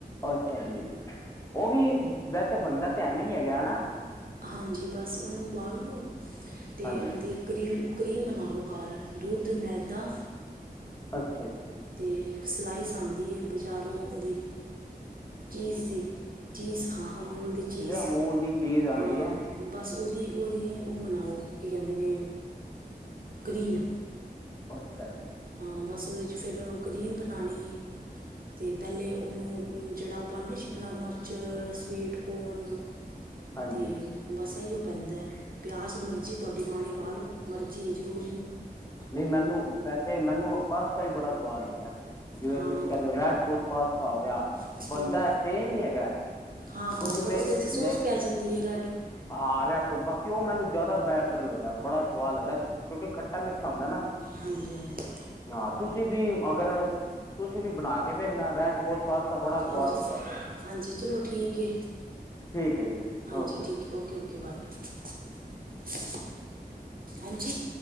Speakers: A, on the left; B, on the right.
A: ਅੱਛਾ ਜੀ ਉਹ ਵੀ ਵੈਸੇ ਬਣਦਾ ਤਾਂ ਐਵੇਂ ਹੀ ਹੈਗਾ ਨਾ।
B: ਹਾਂਜੀ ਬਸ ਉਹਨੂੰ ਉਬਾਲ ਨੂੰ ਅਤੇ
A: ਹਾਂਜੀ
B: ਉਹਦੀ। ਕਰੀਮ ਕਰੀਮ ਬਣਾ ਲਉ ਘਰ ਦੁੱਧ ਮੈਦਾ।
A: ਅੱਛਾ ਜੀ।
B: ਤੇ ਸਲਾਈਸ ਆਂਦੀ ਏ ਬਜ਼ਾਰੋਂ ਉਹਦੀ। ਚੀਜ਼ ਦੀ ਚੀਜ਼ ਹਾਂ ਅਮੂਲ ਦੀ ਚੀਜ਼
A: ਅਮੂਲ ਦੀ ਚੀਜ਼ ਆਉਂਦੀ
B: ਹਾਂ।
A: ਹੈ
B: ਬਸ ਉਹਦੀ ਉਹਦੀ ਹੁਣ ਬਨਾਓ ਕੀ ਕਹਿੰਦੇ ਨੇ ਕਰੀਮ।
A: ਅੱਛਾ ਜੀ।
B: ਹਾਂ ਬਸ ਉਹਦੇ 'ਚ ਫਿਰ ਕ ਕਰੀਮ ਬਣਾਉਣੀ ਅਤੇ ਪਹਿਲੇ ਉਹਨੂੰ ਜਿਹੜਾ ਉਹ ਪਾਉਂਦੇ ਸ਼ਿਮਲਾ ਮਿਰਚ ਸਵੀਟ ਕੋਨ
A: ਹਾਂਜੀ
B: ਤੇ ਬਸ ਇਹੀਓ ਪੈਂਦਾ ਹੈ ਪਿਆਜ਼ ਮਰਜ਼ੀ ਤੁਹਾਡੀ ਪਾਣੀ ਪਾ ਲਓ ਮਰਜ਼ੀ ਜ਼ਰੂਰ
A: ਨਹੀਂ ਮੈਨੂੰ ਵੈਸੇ ਪਾਸਤਾ ਬੜਾ ਸਵਾਦ ਲੱਗਦਾ ਹੈ। ਜਿਵੇਂ
B: ਹਾਂ
A: ਤੁਸੀਂ ਕਹਿੰਦੇ ਹੋ ਰੈਡ ਸੋਸ ਪਾਸਤਾਂ ਹੋ ਗਿਆ
B: ਹੂੰ
A: ਬੰਣਦਾ ਸੇਮ ਹੀ ਹੈਗਾ
B: ਹਾਂ
A: ਤੁਸੀਂ ਮੇਰੇ
B: ਪਰ ਉਹਦੇ ਚ ਸੋਸ
A: ਮੇ
B: ਪੈ ਜਾਂਦੀ ਹੈ ਰੈੱਡ।
A: ਹਾਂ ਰ ਸ ਬਾਕ ਉਹ ਮੈਨੂੰ ਜ਼ਿਆਦਾ ਬੈਟਰ ਲੱਗਦਾ ਬੜਾ ਸਵਾਦ ਲੱਗਦਾ ਕਿਉਂਕਿ ਖੱਟਾ ਮਿੱਠਾ ਹੁੰਦਾ ਨਾ।
B: ਹਾਂਜੀ, ਹਾਂਜੀ।
A: ਹਾਂ ਤੁਸੀਂ ਵੀ ਅਗਰ- -ਤੁਸੀਂ ਵੀ ਬਣਾ ਕੇ ਦੇੇਖਣਾ ਰੈਡ ਸੋਸ ਪਾਸਤਾ ਬੜਾ ਸਵਾਦ
B: ਹਾਂਜੀ,
A: ਹੁੰਦਾ।
B: ਹਾਂਜੀ ਚਲੋ ਠੀਕ ਹੈ।
A: ਠੀਕ ਹੈ ਜੀ
B: ਹਾਂਜੀ
A: ਓਕੇ
B: ਠੀਕ
A: ਜੀ
B: ਓਕੇ, ਓਕੇ ਬਾਏ, ਬਾਏ। ਹਾਂਜੀ।